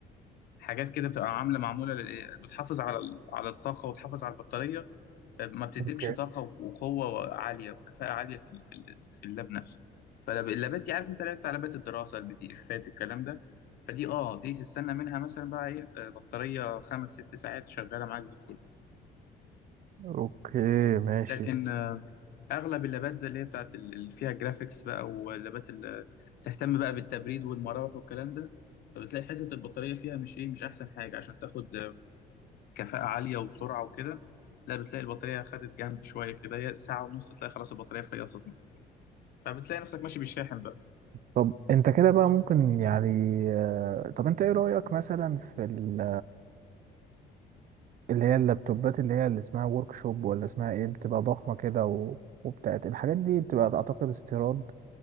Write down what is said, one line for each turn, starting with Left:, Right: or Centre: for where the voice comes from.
Left: حاجات كده بتبقى عامله معموله لل- إيه، بتحافظ على ال- على الطاقه وتحافظ على البطاريه فما بتديكش
Right: اوكي
Left: طاقه وقوه عاليه وكفاءه عاليه في ال- في ال- في اللاب نفسه فاللابات دي عارف انت لعبت لابات الدراسه البي دي افات الكلام ده فدي اه دي تستنى منها مثلا بقى ايه آه، بطاريه خمس ست ساعات شغاله معاك زي الفل
Right: اوكي ماشي
Left: لكن آه، اغلب اللابات ده اللي هي بتاعت ال- اللي فيها جرافيكس بقى واللابات اللي تهتم بقى بالتبريد والمراوح والكلام ده فبتلاقي حته البطاريه فيها مش ايه مش احسن حاجه عشان تاخد كفاءة عالية وسرعة وكده لا بتلاقي البطارية خدت جنب شوية كده هي ساعة ونص تلاقي خلاص البطارية فيصت منك فبتلاقي نفسك ماشي بالشاحن بقى
Right: طب انت كده بقى ممكن يعني آه، طب انت ايه رأيك مثلا في ال اللي هي اللابتوبات اللي هي اللي اسمها ورك شوب ولا اسمها ايه بتبقى ضخمة كده و... وبتاعت الحاجات دي بتبقى اعتقد استيراد